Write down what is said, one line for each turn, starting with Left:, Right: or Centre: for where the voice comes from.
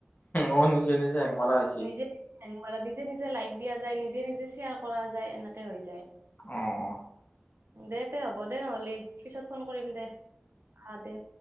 Left: অ', নিজে নিজে হেং মাৰা হেছি।
Right: নিজে হেং মাৰলি নিজে নিজে লাইক দিয়া যায়, নিজে নিজে শ্বেয়াৰ কৰা যায়, এনেকে হৈ যায়।
Left: অ', অ'।
Right: দে তে হ'ব দে নহলি, পিছত ফোন কৰিম দে। অ', দে।